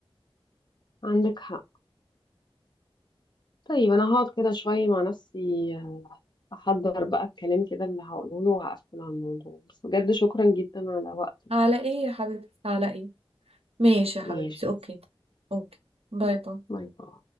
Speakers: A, on the left (about 50°); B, on the right (about 85°).
A: عندك حق طيب أنا هقعد كده شوية مع نفسي أحضر بقى الكلام كده اللي هقوله له وهقفل على الموضوع بس بجد شكرا جدا على وقتك
B: على
A: كده
B: ايه يا حبيبتي على ايه ماشي يا
A: ماشي
B: حبيبتي اوكي اوكي باي
A: باي
B: باي
A: باي